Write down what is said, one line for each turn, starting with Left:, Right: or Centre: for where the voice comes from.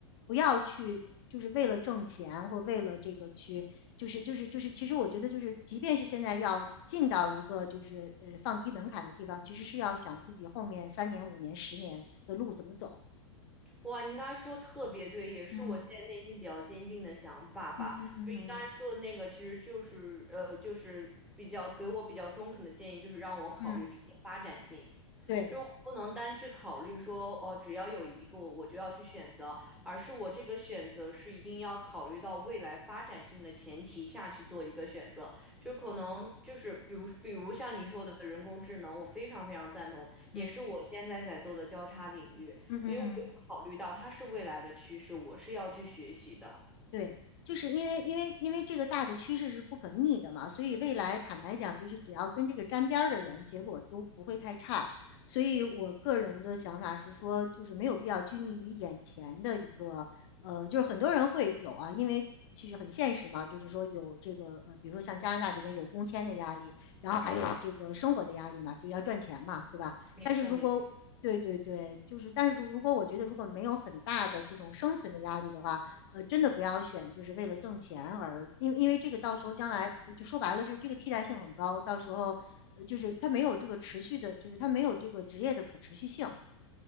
Left: 不要去，就是为了挣钱或为了这个去，就是就是就是，其实我觉得就是，即便是现在要进到一个就是呃放低门槛的地方，其实是要想自己后面三年、五年、十年的路怎么走。
Centre: 哇，您刚才说得特别对，也是我现在内心比较坚定的想法吧。
Left: 嗯嗯嗯嗯嗯
Centre: 就您刚才说的那个，其实就是呃，就是比较给我比较中肯的建议，就是让我考虑职业发展性，
Left: 嗯，对，
Centre: 就是我不能单去考虑说哦，只要有一个我我就要去选择，而是我这个选择是一定要考虑到未来发展性的前提下去做一个选择。就是可能就是比如比如像您说的人工智能，我非常非常赞同，也是我现在在做的交叉领域。
Left: 嗯嗯嗯嗯。
Centre: 因为我有考虑到它是未来的趋势，我是要去学习的。
Left: 对，就是因为因为因为这个大的趋势是不可逆的嘛，所以未来坦白讲，就是只要跟这个沾边儿的人，结果都不会太差。所以我个人的想法是说，就是没有必要拘泥于眼前的一个，呃，就是很多人会有啊，因为其实很现实嘛，就是说有这个，呃，比如说像加拿大这边有工签的压力，然后还有这个生活的压力嘛，就要赚钱嘛，对吧？
Centre: 没错，
Left: 但是如果对对对，
Centre: 没错。
Left: 就是，但是如如果我觉得如果没有很大的这种生存的压力的话，呃，真的不要选，就是为了挣钱而，因为因为这个到时候将来呃就说白了，就是这个替代性很高，到时候呃，就是它没有这个持续的，就是它没有这个职业的可持续性。